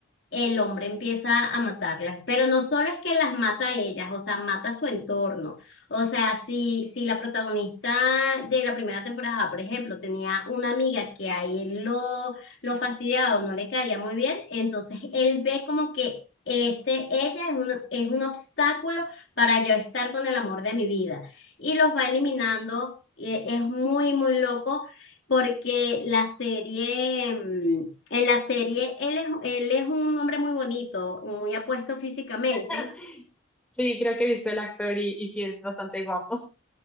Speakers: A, on the left; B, in the centre.
A: el hombre empieza a matarlas, pero no solo es que las mata a ellas, o sea, mata a su entorno. O sea, si, si la protagonista de la primera temporada, por ejemplo, tenía una amiga que a él lo, lo fastidiaba o no le caía muy bien, entonces él ve como que este, ella es un, es un obstáculo para yo estar con el amor de mi vida y los va eliminando. y Es muy, muy loco porque la serie... mm, en la serie, él es, él es un hombre muy bonito, muy apuesto físicamente,
B: <laughs> Sí, creo que he visto el actor y, y sí es bastante guapo.